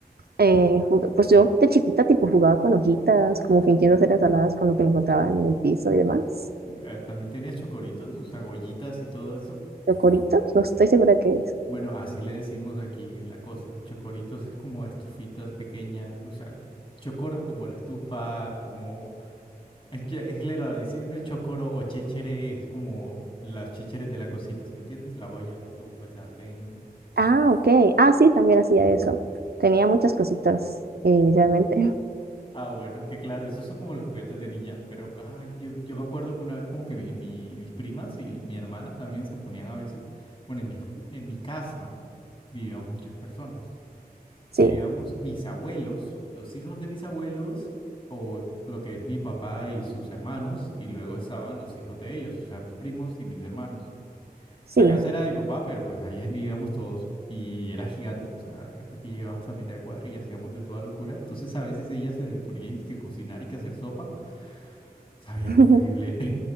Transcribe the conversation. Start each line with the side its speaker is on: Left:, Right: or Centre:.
Right: eh, jug- pues yo de chiquita tipo jugaba con hojitas, como fingiendo hacer ensaladas con lo que me encontraba en el piso y demás.
Left: Eh, ¿También tenías chocoritos? O sea, ollitas y todo eso.
Right: Coritos, no estoy segura qué es.
Left: Bueno, así le decimos aquí en la cosa. Chocoritos es como estufitas pequeñas, o sea, chocoro es como la estufa, es como... Es que, es que la decir no es chocoro o chéchere es como las chécheres de la cocina, ¿sí me entiendes? La olla, la estufa, el sartén.
Right: Ah, ok. Ah, sí, también hacía eso. Tenía muchas cositas eh, inicialmente. <laughs>
Left: Ah, bueno, es que claro, esos son como los juguetes de niña, pero ah, yo, yo me acuerdo que una vez como que mi- mi- mis primas y mi hermana también se ponían a veces, bueno, en mi, escu- en mi casa vivíamos muchas personas.
Right: Sí,
Left: vivíamos mis abuelos, los hijos de mis abuelos, o lo que es mi papá y sus hermanos, y luego estaban los hijos de ellos, o sea, mis primos y mis hermanos.
Right: sí.
Left: La casa era de mi papá, pero pues ahí vivíamos todos y era gigante, o sea, casa que llegabas a mitad de cuadra y hacíamos de toda locura. Entonces a veces ellas se les ponía que cocinar y que hacer sopa, sabían
Right: <laughs>
Left: horrible.